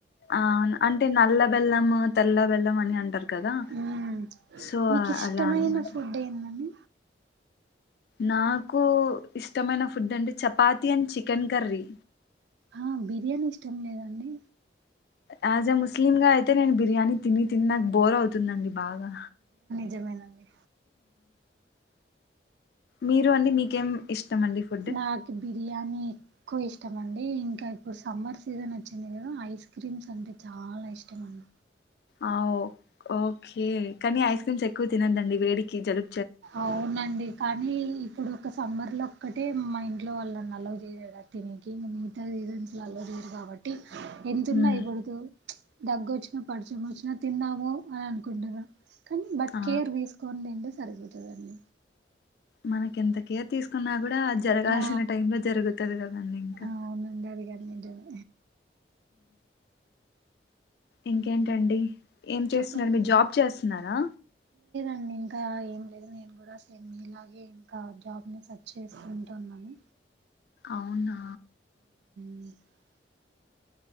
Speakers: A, on the left; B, on the right.
A: అవును అంటే నల్ల బెల్లం తెల్ల బెల్లం అని అంటారు కదా
B: మ్మ్
A: సో
B: మీకు ఇష్టమైన
A: అలా అనమాట
B: ఫుడ్ ఏందండి
A: నాకు ఇష్టమైన ఫుడ్ అంటే చపాతి అండ్ చికెన్ కర్రీ
B: ఆ బిర్యానీ ఇష్టం లేదండి
A: యాజ్ ఎ ముస్లిమ్ గా అయితే నేను బిర్యానీ తిని తిని నాకు బోర్ అవుతుందండి బాగా
B: జమేనండి
A: మీరు అండి మీకేం ఇష్టం అండి ఫుడ్
B: నాకు బరయని ఎక్కువ ఇష్టంండి ఇంకా ఇప్పుడు సమ్మర్ సీజన్ వచ్చింది కదా ఐస్ క్రీమ్స్ అంటే చాలా ఇష్టం అన్న
A: ఆ ఓకే కానీ ఐస్ క్రీమ్స్ ఎక్కువ తినదండి వేడికి జలు
B: అవునండి కానీ ఇప్పుడు ఒక సమ్మర్లో ఒక్కటే మా ఇంట్లో వాళ్ళని అల చేసడు తిననికి ఇంకా మిగతా సీజన్స్లో అల చేయరు కాబట్టి ఎంతన్నా
A: ఉమ్,
B: ఇ్వడదు దగ్గొచ్చు పడిచమోచ్చిన తిన్నామ అని అనుకుంటద కానీ బట్
A: ఆ
B: కేర్ వేసుకోనిండి అరుగు దని
A: మనకి ఎంత కేర్ తీసుకున్నా కూడా జరగాల్సిన
B: ఆ
A: టైమ్ లో జరుగుతుంది కదంీ ఇంకా
B: అవునండి అది గాని నిజమే
A: ఇంకేంటండి ఏం చేస్తున్నారు
B: చెప్పాలండి
A: మీరు జాబ్ చేస్తున్నారా
B: అండ్ ఇంకా ఏం లేదు నేను కూడా సేమ్ మీలాగే ఇంకా జాబ్ని సర్చ్ చేసుంటున్నాను
A: అవునా
B: అ